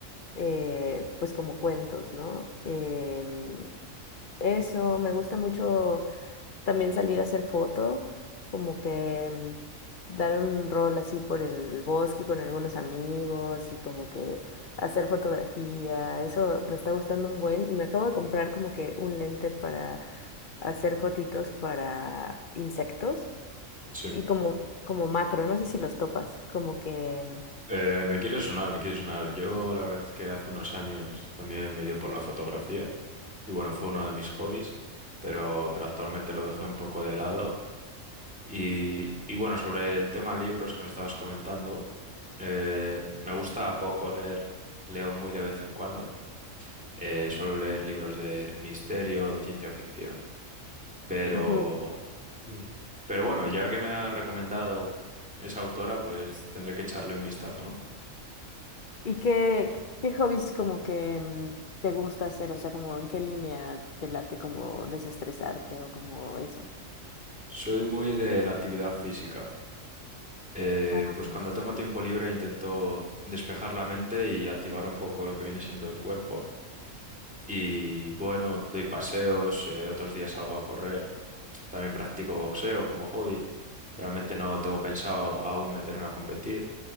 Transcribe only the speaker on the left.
eh, pues como cuentos, ¿no? Em, eso, me gusta mucho también salir a hacer foto, como que em, dar un rol así por el bosque con algunos amigos y como que hacer fotografía, eso me está gustando un buen y me acabo de comprar como que un lente para hacer fotitos para insectos
y como, como macro, no sé si los topas, como que...
ujú,
¿Y qué, qué hobbies como que mm, te gusta hacer? O sea, como en qué línea te late como desestresarte o como eso.
Ah,
buenísimo.